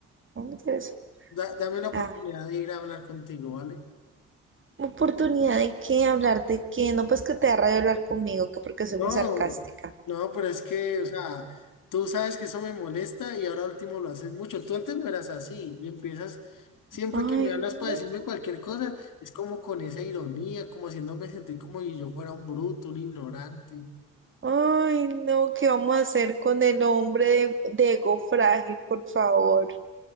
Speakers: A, on the right; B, on the left.
A: No me interesa.
B: da- dame la oportunidad
A: Ah,
B: de ir a hablar contigo, ¿vale?
A: oportunidad de qué hablar de qué. No, pues que te da rabia hablar conmigo, que porque soy
B: No,
A: muy sarcástica.
B: no, pero es que, o sea, tú sabes que eso me molesta y ahora último lo haces mucho. Tú antes no eras así y empiezas, siempre
A: Ay,
B: que me hablas para
A: no.
B: decirme cualquier cosa, es como con esa ironía, como haciéndome sentir como si yo fuera un bruto, un ignorante.
A: Ay, no. ¿Qué vamos a hacer con el hombre de, de ego frágil, por favor?